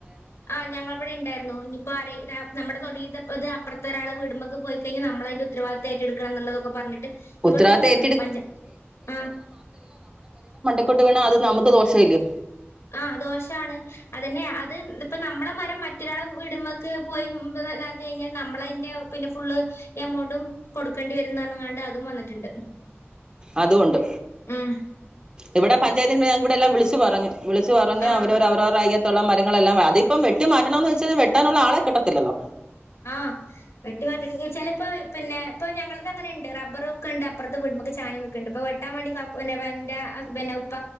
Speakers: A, on the left (about 85°); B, on the right (about 20°).
A: ആ ഞങ്ങ ഇവിടെ ഉണ്ടായിരുന്നു ഇനിയിപ്പോ ആരെ ടാ നമ്മുടെ തൊടീ ത് അപ്പറത്തെ ഒരാളെ വീടുമ്മെ പോയി കഴിഞാൽ നമ്മളതിന്റെ ഉരത്തവാദിത്വം ഏറ്റെടുക്കണം എന്നുള്ളതൊക്കെ പറഞ്ഞിട്ട്
B: ഉത്തരവാദിത്തം
A: ഇവിടുന്നുണ്ടായിരുന്നു
B: ഏറ്റെടു
A: പഞ്ചാ ആ
B: ക്കൊട്ട് വീണ അത് നമുക്ക് ദോഷം ഇല്ല്യോ
A: ആ ദോഷാണ് അതന്നെ അത് ഇപ്പ നമ്മളെ മരം മറ്റൊരാളെ വിടുമ്മക്ക് പോയി അതത് കഴിഞ്ഞാൽ നമ്മള് അതിന്റെ പിന്നെ ഫുള് എമൗണ്ടും കൊടുക്കേണ്ടി വരുംന്നു പറഞിങാണ്ട് അതും വന്നിട്ടുണ്ട്
B: അതും ഉണ്ട്
A: ഉം
B: ഇവിടെ പഞ്ചായത്തിന്ന് ഞങ്ങക്കിവിടെ എല്ലാം വിളിച്ചു പറഞ്ഞു വിളിച്ച് പറഞ്ഞ്
A: ആഹ്
B: അവരവരു അവരോരുടെ അയ്യ ത്തുള്ള മരങ്ങളെല്ലാം അതിപ്പോ വെട്ടി മാറ്റണം എന്ന് വെച്ച് കഴിഞ്ഞാൽ വെട്ടാനുള്ള ആളെ കിട്ടത്തില്ലല്ലോ
A: ആ വെട്ടി മാറ്റണെങ്കി വെച്ചാൽ ഇപ്പൊ പിന്നെ ഇപ്പൊ ഞങ്ങളിത് അങ്ങനെണ്ട് റബ്ബറു ക്കണ്ട് അപ്പുറത്തെ വീടുമ്മെക്ക് ചാഞ് നിക്കണ്ട് അപ്പൊ വെട്ടാ വേണ്ടി കാക്കു പിന്നേ ഇപ്പൊ എറന്റെ ഹസ്ബന്റിന്റെ ഉപ്പ